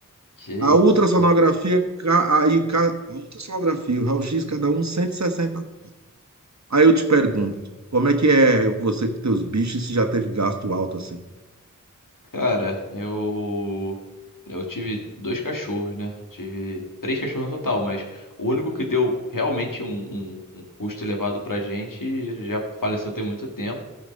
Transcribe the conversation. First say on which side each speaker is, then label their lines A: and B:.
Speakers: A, on the left; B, on the right.
A: que
B: A
A: isso?
B: ultrassonografia, ca- aí, ca- a ultrassonografia, o raio-x, cada um 160. Aí eu te pergunto, como é que é você com teus bichos se já teve gasto alto assim?
A: Cara, eu. Eu tive dois cachorros, né? Tive três cachorros no total, mas o único que deu realmente um, um- um custo elevado pra gente já faleceu tem muito tempo.